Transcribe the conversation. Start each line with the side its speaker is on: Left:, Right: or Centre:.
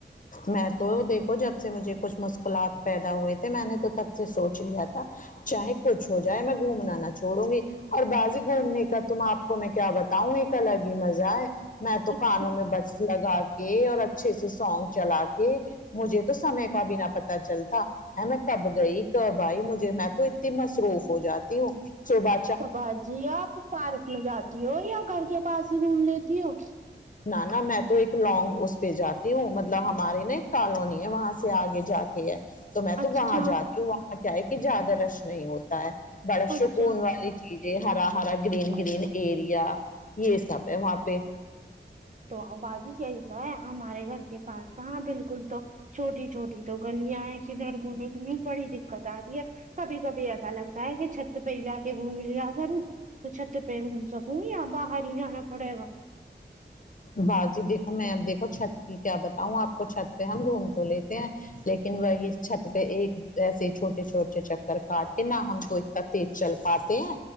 Left: میں تو دیکھو جب سے مجھے کچھ مشکلات پیدا ہوئے تھے میں نے تو تب سے سوچ لیا تھا چاہے کچھ ہو جائے میں گھومنا نہ چھوڑوں گی اور باجی گھومنے کا تم آپ کو میں کیا بتاؤں ایک الگ ہی مزہ ہے میں تو
Right: اچھا
Left: کانوں میں بٹس لگا کے اور اچھے سے سونگ چلا کے مجھے تو سمے کا بنا پتا چلتا ہ میں کب گئی کب آئی مجھے میں تو اتنی مصروف ہو جاتی تی ہوں سوبا
Right: تو با جی آپ پارک میں جاتی ہو یا گھر کے پاس ہی گھوم لیتی ہو
Left: نہ نا میں تو ایک لانگ اس پہ جاتی ہوں مطلب ہمارے نا ایک کالونی ہے وہاں سے آگے جاتی ٹھیک ہے تو میں تو
Right: اچھا
Left: وہاں جاتی ہوں وہاں کیا ہے کہ زیادہ رش نہیں ہوتا ہے بڑا
Right: اچھا
Left: سکون والی کیجیے ہرا ہرا گرین
Right: ہاں
Left: گرین ایریا یہ سب ہے وہاں پہ
Right: تو ہے ہمارے گھر کے پاس کہاں بالکل تو <unintelligible> چھوٹی چھوٹی تو گلیاں ہیں کدھر گھومے اتنی بڑی دقت آتی ہے کبھی کبھی ایسا لگتا ہے کہ چھت پہ کںی جا کے گھوم لیا کروں تو چھت پے گھوم سکون یا باہر ہی جانا پڑے گا
Left: باجی دیکھو میں اب دیکھو چھت کی کیا بتاؤں آپ کو چھت پہ ہم گھوم تو لیتے ہیں لیکن وہی چھت پہ ایک ایسے چھوٹے چھوٹے چکر کاٹ کے نہ ہم تو اتنا تیز چل پاتے ہیں